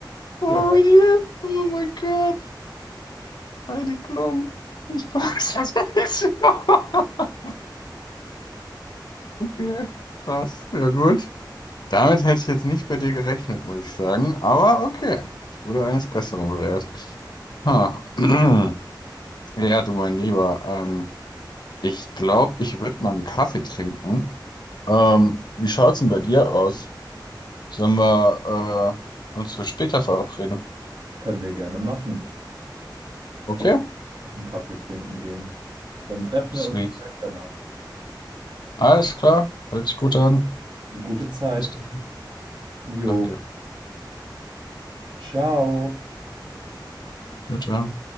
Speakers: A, on the left (about 65°); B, on the right (about 80°).
A: For
B: Ja,
A: real? Oh mein Gott. Heidi Klum. <laughs> Ich weiß es nicht. <laughs> Okay, krass. Ja gut. Damit hätte ich jetzt nicht bei dir gerechnet, muss ich sagen. Aber okay, ich wurde eines Besseren belehrt. Ha. <clears throat> Ja, du mein Lieber, ähm, ich glaube, ich würde mal einen Kaffee trinken. Ähm, wie schaut's denn bei dir aus? Sollen wir äh, uns für später verabreden?
B: können wir gerne machen.
A: Okay,
B: Ich will noch einen Kaffee trinken gehen. Dann treffen
A: sweet.
B: wir uns vielleicht danach.
A: Alles klar, hört sich gut an.
B: Eine gute Zeit.
A: Bis dann.
B: Jo,
A: Danke.
B: ciao.
A: Ciao, ciao.